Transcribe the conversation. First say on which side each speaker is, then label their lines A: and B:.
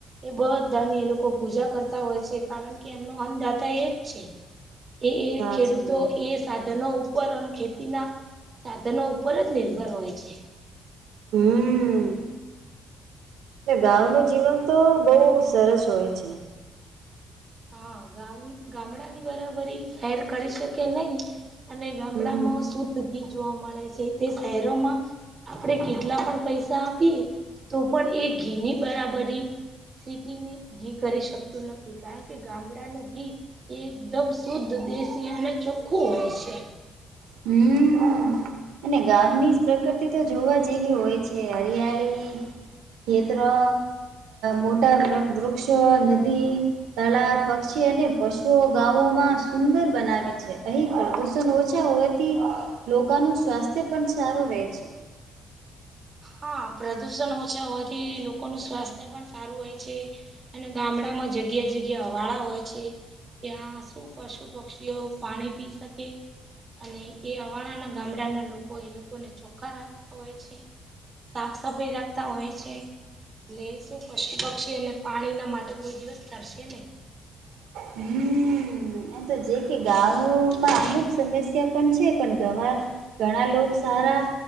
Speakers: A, on the right; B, on the right.
A: એ બધાની એ લોકો પૂજા કરતા હોય છે કારણ કે એમનો અન્નદાતા એ જ છે એ એ
B: સાચી
A: ખેડૂતો
B: વાત
A: એ સાધનો ઉપર અને ખેતીના સાધનો ઉપર જ નિર્ભર હોય છે
B: હમ એટલે ગઉ ન જીવન તો બહુ સરસ હોય છે
A: હા ગામ ગામડાની બરાબરી શહેર કરી શકે નહી અને ગામડામાં
B: હમ.
A: શુદ્ધ ઘી જોવા મળે છે તે શહેરોમાં આપણે કેટલા પણ પૈસા આપીએ તો પણ એ ઘીની બરાબરી સીટીની ઘી કરી શકતું નથી કારણ કે ગામડાનું ઘી એકદમ શુદ્ધ દેશી અને ચોખ્ખું હોય છે
B: હમ અને ગામની જ પ્રકૃતિ તો જોવા જેવી હોય છે હરિયાળી ખેતરો મોટા વૃક્ષો નદી તળા પક્ષી અને પશુઓ ગામોમાં સુંદર બનાવે છે અહી પ્રદુષણ ઓછા હોય થી લોકોનું સ્વાસ્થ્ય પણ સારું રહે છે
A: હા પ્રદુષણ ઓછા હોવાથી લોકોનું સ્વાસ્થ્ય પણ સારું હોય છે અને ગામડામાં જગ્યા જગ્યા વાળા હોય છે ત્યાં શું પશુ પક્ષીઓ પાણી પી શકે અને એ અવાણાના ગામડાના લોકો એ લોકોને ચોખ્ખા રાખતા હોય છે સાફ સફાઈ રાખતા હોય છે ને શું પશુ પક્ષી અને પાણીના માટે કોઈ દિવસ તરશે નહીં
B: હમ એ તો જે કે ગામમાં અમુક સમસ્યા પણ છે પણ ગવા ઘણા લોકો સારા